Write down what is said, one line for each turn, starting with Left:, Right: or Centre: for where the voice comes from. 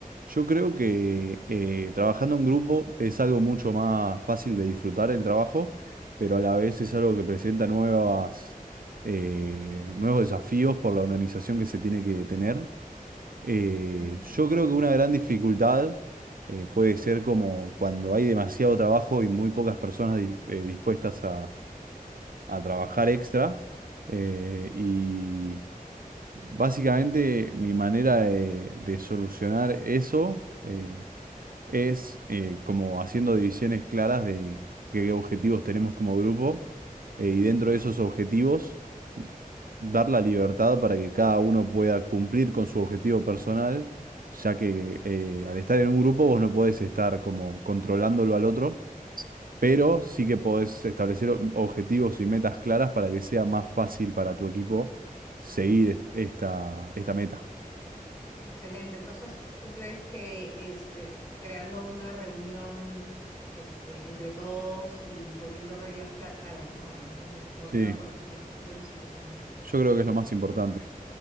Right: Yo creo que eh, trabajando en grupo es algo mucho más fácil de disfrutar el trabajo, pero a la vez es algo que presenta nuevas, eh, nuevos desafíos por la organización que se tiene que tener Eh,
Left: Ujú,
Right: yo creo que una gran dificultad eh, puede ser como cuando hay demasiado trabajo y muy pocas personas di- eh, dispuestas a, a trabajar extra. Eh, y básicamente mi manera de, de solucionar eso, eh, es eh, como haciendo divisiones claras de qué objetivos tenemos como grupo eh, y dentro
Left: ujú.
Right: de esos objetivos dar la libertad para que cada uno pueda cumplir con su objetivo personal, ya que eh, al estar en un grupo vos no podés estar como controlándolo al otro, pero sí que podés establecer o- objetivos y metas claras para que sea más fácil para tu equipo seguir est- esta, esta meta.
Left: Excelente. Entonces, ¿tú crees que este, creando una reunión este, entre todos y poniendo reglas claras, ¿no? Eh, lo,
Right: Sí,
Left: lo han po- lo- lo pueden solucionar.
Right: yo creo que es lo más importante.